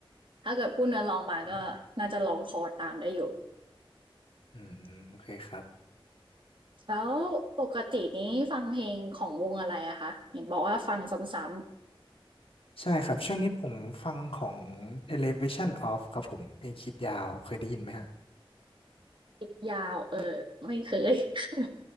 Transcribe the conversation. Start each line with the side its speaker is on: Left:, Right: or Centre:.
Right: ถ้าเกิดพูดเนื้อร้องมาก็น่าจะร้องคอตามได้อยู่
Left: อืมอืมโอเคครับ
Right: แล้วปกตินี้ฟังเพลงของวงอะไรอะคะเห็นบอกว่าฟังซ้
Left: ใช่ครับช่วงนี้ผมฟังของ Elevation Off ครับผมเพลงคิดยาวเคยได้ยินไหมฮะ
Right: ำๆยาวเออไม่เคย <laughs>